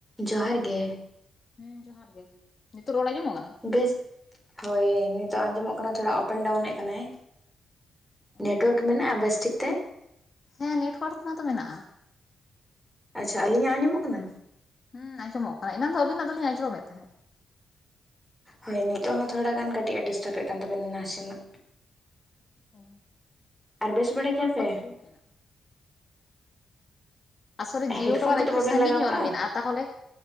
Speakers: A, in the centre; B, on the left.
A: ᱡᱚᱦᱟᱨ ᱜᱮ᱾
B: ᱦᱮᱸ ᱡᱚᱦᱟᱨ ᱜᱮ᱾ ᱱᱤᱛᱚᱜ ᱨᱚᱲ ᱟᱸᱡᱚᱢᱚᱜ ᱠᱟᱱᱟ?
A: ᱵᱮᱥ, ᱦᱳᱭ ᱱᱤᱛᱚᱜ ᱟᱸᱡᱚᱢᱚᱜ ᱠᱟᱱᱟ, ᱛᱷᱚᱲᱟ ᱚᱯᱮᱱᱰ ᱰᱟᱣᱩᱱ ᱮᱫ ᱠᱟᱱᱟᱭ᱾
B: ᱚ
A: ᱱᱮᱴᱣᱟᱨᱠ ᱢᱮᱱᱟᱜᱼᱟ ᱵᱮᱥ ᱴᱷᱤᱠ ᱛᱮ?
B: ᱦᱮᱸ ᱱᱮᱴᱳᱣᱟᱨᱠ ᱢᱟ ᱛᱚ ᱢᱮᱱᱟᱜᱼᱟ
A: ᱟᱪᱪᱷᱟ ᱟᱹᱞᱤᱧᱟᱜ ᱟᱸᱡᱚᱢᱚᱜ ᱠᱟᱱᱟ᱾
B: ᱦᱩᱸᱟᱡᱚᱢᱚᱜ ᱠᱟᱱᱟ ᱮᱱᱟᱱᱟᱝ ᱫᱚ ᱟᱵᱤᱱᱟᱜ ᱫᱚᱞᱤᱧ ᱟᱸᱡᱚᱢᱮᱫ ᱛᱟᱦᱮᱸᱫ᱾
A: ᱦᱳᱭ ᱱᱤᱛᱚᱜ ᱦᱚᱸ ᱛᱷᱚᱲᱟ ᱜᱟᱱ ᱠᱟᱹᱴᱤᱡ ᱟ ᱰᱤᱥᱴᱟᱵᱮᱫ ᱠᱟᱱ ᱛᱟᱵᱮᱱᱟ ᱱᱟᱥᱮᱱᱟᱜ
B: ᱚ
A: ᱟᱨ ᱵᱮᱥ ᱵᱟᱲᱟ
B: ᱱᱮᱴᱣᱟᱨᱠ
A: ᱜᱮᱭᱟᱯᱮ
B: <unintelligible> ᱫᱚ ᱯᱷᱩᱞ ᱢᱮᱱᱟᱜᱼᱟ᱾ ᱟᱥᱚᱞᱮ ᱡᱤᱭᱳ
A: ᱦᱮᱰᱯᱷᱳᱱ
B: ᱴᱟᱣᱟᱨ
A: ᱠᱚᱫᱚ
B: ᱮᱠᱴᱩ
A: ᱵᱟᱵᱮᱱ
B: ᱥᱟᱺᱜᱤᱧ
A: ᱞᱟᱜᱟᱣ
B: ᱧᱚᱜ
A: ᱠᱟᱜᱼᱟ
B: ᱨᱮ ᱢᱮᱱᱟᱜᱼᱟ᱾ ᱛᱟᱦᱚᱞᱮ